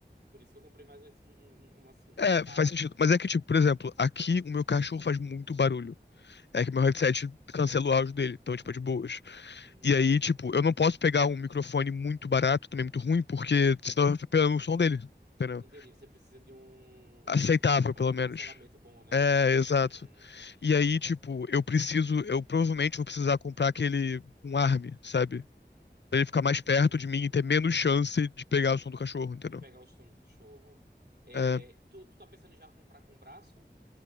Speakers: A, on the right (about 65°); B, on the left (about 75°).
A: por isso que eu comprei mais um, um, um, um, assim,
B: É,
A: mais caro.
B: faz sentido. Mas é que,
A: Tal.
B: tipo, por exemplo, aqui o meu cachorro faz muito barulho. É que meu
A: Hum,
B: headset cancela o áudio dele, então, tipo, é de boas.
A: uhum.
B: E aí, tipo, eu não posso pegar um microfone muito barato, também muito ruim, porque senão eu fico pegando o som dele, entendeu?
A: Entendi, você precisa de um,
B: Aceitável,
A: de um sistema pra
B: pelo
A: bom
B: menos.
A: cancelamento bom, né?
B: É, exato.
A: Hum, entendi.
B: E aí, tipo, eu preciso, eu provavelmente vou precisar comprar aquele, um arm, sabe? Pra ele ficar
A: Hum,
B: mais perto de mim e ter menos chance de pegar o som do cachorro, entendeu?
A: e pegar o som do cachorro. É,
B: É,
A: tu, tu tá pensando em já comprar com o braço?